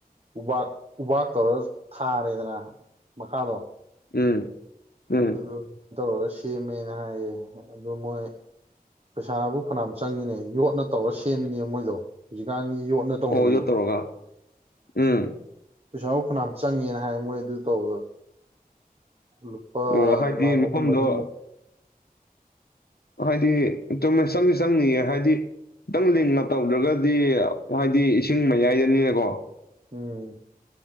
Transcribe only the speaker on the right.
ꯎꯄꯥꯛꯥꯛ ꯎꯄꯥꯛꯥꯛ ꯇꯧꯔꯒ ꯊꯥꯔꯦꯗꯅ ꯃꯈꯥꯗꯣ
ꯑꯗꯨꯗꯨ ꯇꯧꯔꯒ ꯁꯦꯝꯃꯦꯅ ꯍꯥꯏꯌꯦ ꯑꯗꯣ ꯃꯣꯏ ꯄꯩꯁꯥꯕꯨ ꯐꯅꯌꯥꯝ ꯆꯪꯉꯤꯅꯦ ꯌꯣꯠꯅ ꯇꯧꯔ ꯁꯦꯝꯃꯤꯅꯦ ꯃꯣꯏꯗꯣ ꯍꯧꯖꯤꯛꯀꯥꯟꯒꯤ ꯌꯣꯠꯅ ꯇꯧꯅꯕꯤꯗꯣ
ꯄꯩꯁꯥꯐ ꯐꯅꯥꯝ ꯆꯪꯉꯦꯅ ꯍꯥꯏ ꯃꯣꯏ ꯑꯗꯨ ꯇꯧꯕꯗ ꯂꯨꯄꯥ
ꯂꯥꯛ
ꯑꯍꯨꯝ ꯃꯔꯤꯃꯨꯛ
ꯎꯝ